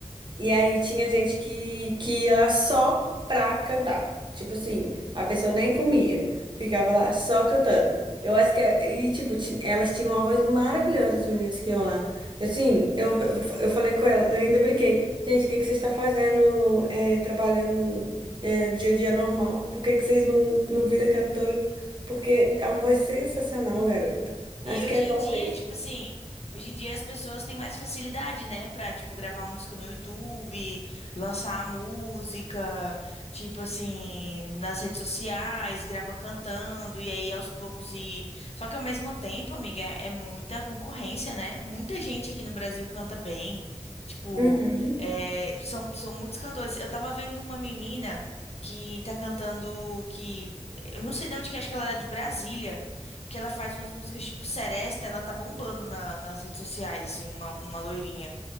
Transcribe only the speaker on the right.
E aí tinha gente que, que ia lá só pra cantar. Tipo assim, a pessoa nem comia, ficava lá só cantando. Eu acho que, é, e tipo, ti- elas tinham uma voz maravilhosa, as meninas que iam lá. Assim, eu, eu, eu falei com ela, eu ainda brinquei. Gente, o que que vocês estão fazendo, é, trabalhando, é, dia a dia normal? Por que que vocês não, não viram cantora? Porque é uma voz sensacional, garota. Acho
que é dom
mesmo.
Uhum.